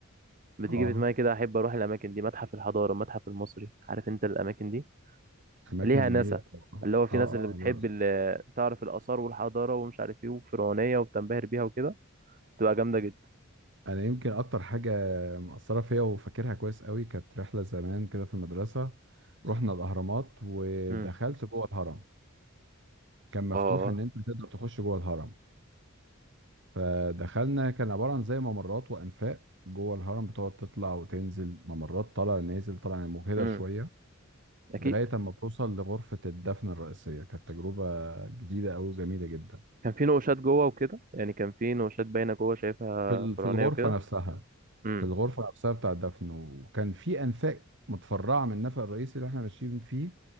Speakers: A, on the right (about 40°); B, on the right (about 60°).
A: بتيجي
B: اه آه،
A: في دماغي كده احب اروح الاماكن دي متحف الحضاره المتحف المصري عارف انت الاماكن دي
B: اماكن
A: ليها
B: جميله
A: ناسا
B: طبعا
A: اللي هو في
B: اه
A: ناس اللي بتحب
B: اه لا.
A: اللي تعرف الاثار والحضاره ومش عارف ايه وفرعونيه وبتنبهر بيها وكده تبقى جامده جدا
B: انا يمكن اكتر حاجه مأثره فيا وفاكرها كويس قوي كانت رحله زمان كده في المدرسه رحنا الاهرامات ودخلت
A: امم
B: جوه الهرم كان مفتوح
A: اه
B: ان انت تقدر تخش جوه الهرم فدخلنا كان عباره عن زي ممرات وانفاق جوه الهرم بتقعد تطلع وتنزل ممرات طالع نازل طالع مجهده
A: امم
B: شويه
A: اكيد
B: لغايه اما بتوصل لغرفه الدفن الرئيسيه كانت تجربه جديده قوي وجميله جدا
A: كان في نقوشات جوه وكده يعني كان في نقوشات باينه جوه شايفها
B: في ال- في
A: فرعونيه
B: الغرفه
A: وكده
B: نفسها
A: امم
B: في الغرفه نفسها بتاع الدفن وكان في انفاق متفرعه من النفق الرئيسي اللي احنا ماشيين فيه